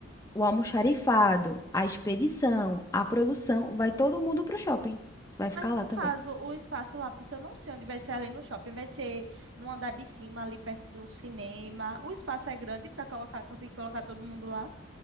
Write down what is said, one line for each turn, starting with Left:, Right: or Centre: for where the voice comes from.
Left: o almoxarifado, a expedição, a produção, vai todo mundo para o shopping. Vai
Right: Mas
Left: ficar
Right: no
Left: lá
Right: caso,
Left: também.
Right: o espaço lá, porque eu não sei onde vai ser ali no shopping, vai ser no andar de cima, ali perto do cinema. O espaço é grande para colocar, conseguir colocar todo mundo lá.